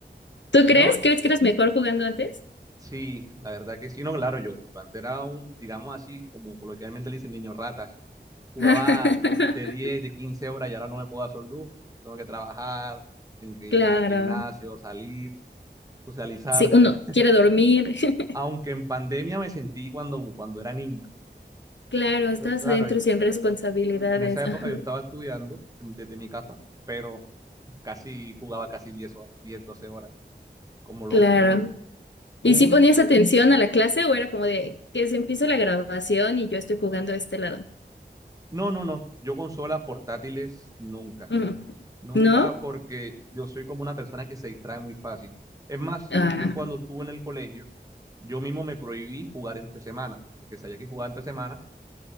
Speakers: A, on the left; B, on the right.
A: ¿Tú crees?
B: ¿no?
A: ¿Crees que eres mejor jugando antes?
B: Sí, la verdad que sí, no, claro, yo antes era un, digamos así, como coloquialmente le dicen, niño rata. Jugaba
A: <laughs>
B: de 10, de 15 horas y ahora no me puedo hacer lujo. Tengo que trabajar, tengo que ir
A: Claro.
B: al gimnasio, salir, socializar.
A: Sí, uno
B: <laughs>
A: quiere dormir. <laughs>
B: Aunque en pandemia me sentí cuando, como cuando era niño.
A: Claro, estás
B: Claro,
A: adentro sin responsabilidades.
B: en esa época
A: Ajá.
B: yo estaba estudiando em, desde mi casa, pero casi jugaba casi 10 horas, 10, 12 horas, como loco.
A: Claro. ¿Y
B: Hubo
A: si
B: un,
A: ponías atención a la clase o era como de que se empieza la grabación y yo estoy jugando a este lado?
B: no, no, no, yo consolas portátiles nunca.
A: Ujú.
B: Nunca,
A: ¿No?
B: porque yo soy como una persona que se distrae muy fácil. Es más,
A: Ah.
B: yo cuando estuve en el colegio, yo mismo me prohibí jugar entre semanas, porque sabía que jugaba entre semanas,